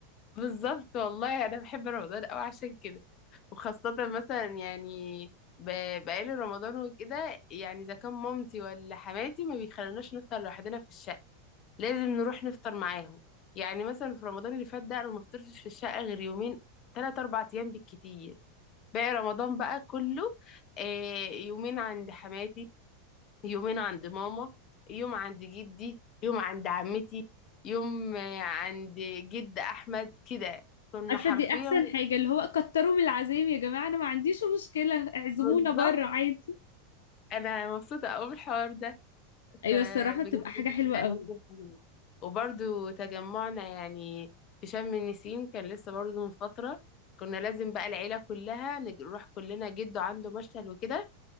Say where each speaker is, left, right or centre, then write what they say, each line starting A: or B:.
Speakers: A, on the left; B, on the left.
A: بالظبط والله انا بحب رمضان قوي عشان كده وخاصة مثلا يعني ب- بقالي رمضان وكده يعني اذا كان مامتي ولا حماتي ما بيخلوناش نفطر لوحدنا في الشقة لازم نروح نفطر معاهم يعني مثلا في رمضان اللي فات ده انا ما فطرتش في الشقة غير يومين تلات اربع ايام بالكتير باقي رمضان بقى كله آه، يومين عند حماتي يومين عند ماما يوم عند جدي يوم عند عمتي يوم آه، عند جد احمد كده كنا
B: عارفه
A: حرفيا
B: دي احسن حاجه اللي هو كتروا من العزايم يا جماعه انا ما عنديش مشكله اعزمونا
A: بالظبط
B: بره عادي
A: انا مبسوطه قوي بالحوار ده
B: ايوه
A: فبجد
B: الصراحه بتبقى حاجه
A: دي
B: حلوه قوي
A: ألذ الحاجات وبرضو تجمعنا يعني في شم النسيم كان لسه برضو من فتره كنا لازم بقى العيله كلها نج- نروح كلنا جده عنده مشتل وكده